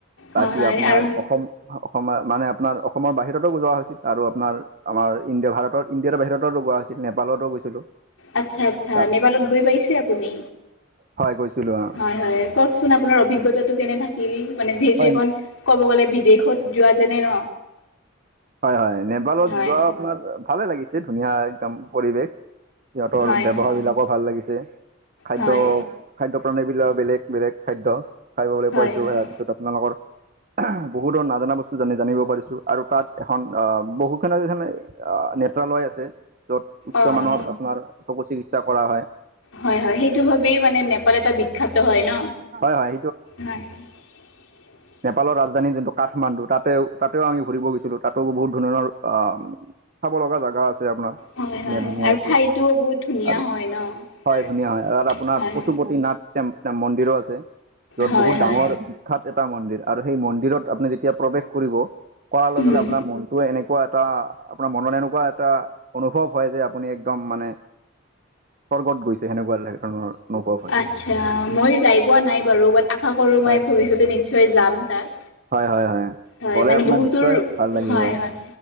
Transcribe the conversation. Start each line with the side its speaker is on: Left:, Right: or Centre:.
Left: হয়
Right: বাকি
Left: হয় আৰু
Right: অসম অসমৰ মানে আপোনাৰ অসমৰ বাহিৰতো যোৱা হৈছিল আৰু আপোনাৰ আমাৰ ইণ্ডিয়া ভাৰতৰ, ইণ্ডিয়া বাহিৰতো যোৱা হৈছিল, নেপালতো গৈছিলোঁ।
Left: আচ্ছা, আচ্ছা।
Right: তাত
Left: নেপালত গৈ পাইছে আপুনি?
Right: হয় গৈছিলোঁ অ
Left: হয়, হয় কওঁক চোন আপোনাৰ অভিজ্ঞতাটো কেনে থাকিল, মানে যিহেতু
Right: হয়
Left: এখন ক'ব গ'লে বিদেশত যোৱা যেনে ন।
Right: হয়, হয়। নেপালত
Left: হয়
Right: যোৱা আপোনাৰ ভালে লাগিছে ধুনীয়া একদম পৰিৱেশ। সিহঁতৰ
Left: হয়
Right: ব্যৱহাৰ
Left: হয়
Right: বিলাকো ভাল লাগিছে। খাদ্য
Left: হয়
Right: খাদ্য প্ৰাণালী বিলাকৰ বেলেগ বেলেগ খাদ্য খাবলৈ
Left: হয়
Right: পাইছোঁ।
Left: হয়
Right: তাৰপিছত, আপোনালোকৰ বহুটো নাজানা বস্তু জানি জানিব পাৰিছোঁ আৰু তাত এখন আহ বহু কেইখন নেত্ৰালয় আছে। য'ত, উচ্চ
Left: অঁ
Right: মানৰ আপোনাৰ চকু চিকিৎসা কৰা হয়।
Left: হয়, হয়। সেইটো ভাবি মানে নেপাল এটা বিখ্যাত হয় ন,
Right: হয় হয়
Left: হয়। <inaudible>
Right: নেপলৰ ৰাজধানী যোনটো কাঠমান্দু তাতেও তাতেও আমি ঘূৰিব গৈছোঁ। ত' তাতো বহুত ধৰণৰ অ' চাব লগা জেগা আছে আপোনাৰ।
Left: হয় হয়
Right: ধুনীয়া ধুনীয়া
Left: আৰু
Right: আছে
Left: ঠাইটোও বহুত ধুনীয়া
Right: আৰু
Left: হয় ন
Right: হয়
Left: তাৰ
Right: ধুনীয়া হয় আৰু আপোনাৰ
Left: হয়
Right: পচুপতি নাথ। মন্দিৰো আছে, য'ত
Left: হয়
Right: বহুত
Left: হয়
Right: ডাঙৰ বিখ্যাত এটা মন্দিৰ আৰু সেই মন্দিৰত আপুনি যেতিয়া প্ৰৱেশ কৰিব, কৰা লগে
Left: উম
Right: আপোনাৰ মনটোৱে এনেকুৱা এটা, আপোনাৰ মনত এনেকুৱা এটা, অনুভৱ হয় যে, আপুনি একদম মানে স্বৰ্গত গৈছে সেনেকুৱা ধৰণৰ। অনুভৱ হয়।
Left: আচ্ছা, মই যাই পোৱা নাই বাৰু। বাট আশা কৰোঁ মই
Right: হয়
Left: ভৱিষ্যতে নিশ্চয় যাম তাত।
Right: হয় হয় হয়
Left: হয়
Right: গ'লে
Left: মানে,
Right: আপোনাৰ
Left: বহুতৰ
Right: নিশ্চয় ভাল লাগিব
Left: হয়, হয়।